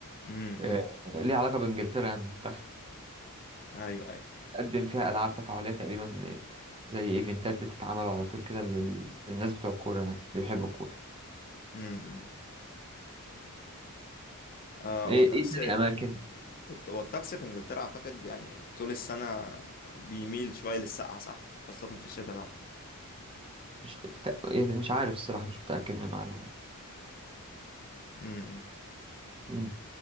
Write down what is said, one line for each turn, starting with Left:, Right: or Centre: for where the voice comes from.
Left: امم
Right: آه، ليها علاقة بإنجلترا يعني المنتخب
Left: ايوه ايوه
Right: تقدم فيها ألعاب تفاعلية تقريبا آه، زي ايفنتات بتتعمل على طول كده لل- للناس بتوع الكورة يعني اللي بيحبوا الكورة
Left: امم آه
Right: ايه
Left: والطقس
Right: ايه تاني أماكن
Left: الت- والطقس في انجلترا اعتقد يعني طول السنة بيميل شوية للسقعة صح خاصة في الشتاء طبعا
Right: مش ت- يعني مش عارف الصراحة مش متأكد من المعلومة يعني.
Left: امم
Right: مم.